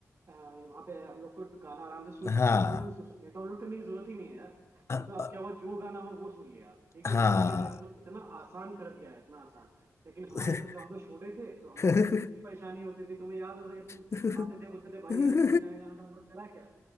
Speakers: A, on the right; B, on the left.
A: अ, वहाँ पे हम लोग को गाना आराम से सुन सकते
B: हाँ
A: हैं ऑनलाइन सुन सकते हैं डाउनलोड करने की जरूरत ही नहीं है यार
B: हाँ
A: मतलब अब क्या हुआ जो गाना हो वो सुन लिया ठीक है
B: हाँ
A: इस तरीके से मतलब इतना आसान कर दिया है इतना आसान लेकिन
B: <laughs>
A: हमारे जब जब हम लोग छोटे थे तो हम
B: हाँ
A: लोग छोटे में इतनी परेशानी होती थी तुम्हें याद होगा जब तुम
B: <laughs>
A: आते थे बोलते थे भाई यार कोई नया गाना डाउनलोड करा क्या